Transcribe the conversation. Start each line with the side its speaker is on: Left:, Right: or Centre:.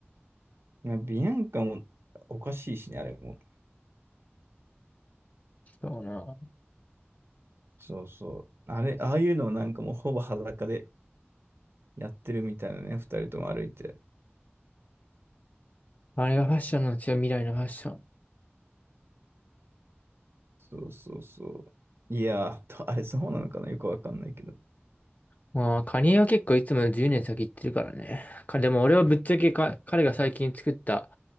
Right: まあビアンカもおかしいしね、あれも。
Left: そうな。
Right: そうそう。あれ、ああいうのをなんかもうほぼ裸でやってるみたいなね、二人とも歩いて。
Left: あれがファッションなんですよ、未来のファッション。
Right: そうそうそう。いやー、あれそうなのかなよくわかんないけど。
Left: まあ、カニエは結構いつもより10年先行ってるからね。か、でも俺はぶっちゃけか、彼が最近作った、